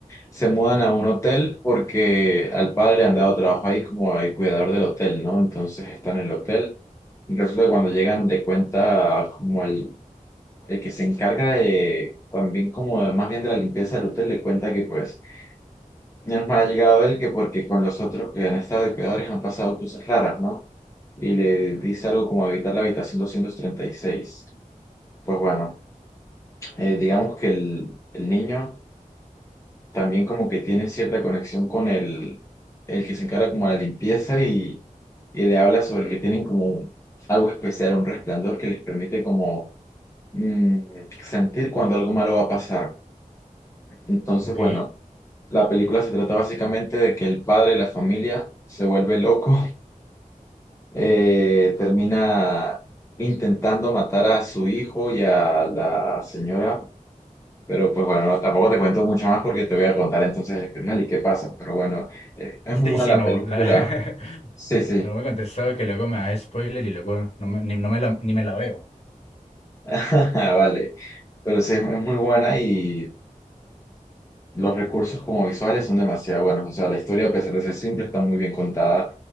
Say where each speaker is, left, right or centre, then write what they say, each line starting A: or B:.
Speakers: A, on the left (about 20°); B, on the left (about 50°).
A: se mudan a un hotel porque al padre le han dado trabajo ahí como el cuidador del hotel, ¿no? Entonces están en el hotel. Y resulta que cuando llegan le cuenta como el, el que se encarga de también como de- más bien de la limpieza del hotel, le cuenta que pues menos mal ha llegado él que porque con los otros que han estado de cuidadores han pasado cosas raras, ¿no? y le dice algo como habitar la habitación 236. Pues bueno, eh, digamos que el, el niño también como que tiene cierta conexión con el, el que se encarga como de la limpieza y, y le habla sobre que tienen como un- algo especial, un resplandor que les permite como mm, sentir cuando algo malo va a pasar. Entonces,
B: Ok.
A: bueno, la película se trata básicamente de que el padre de la familia se vuelve loco eh, termina intentando matar a su hijo y a la señora, pero pues bueno, no, tampoco te cuento mucho más porque te voy a contar entonces el final y qué pasa, pero bueno, eh, es muy
B: Sí,
A: buena
B: sí,
A: la
B: no.
A: película,
B: la- <laughs>
A: sí, sí,
B: No me contestó que luego me da spoiler y luego no me, ni, no me la, ni me la veo.
A: <laughs> vale, pero sí, es muy buena y los recursos como visuales son demasiado buenos, o sea, la historia a pesar de ser simple está muy bien contada.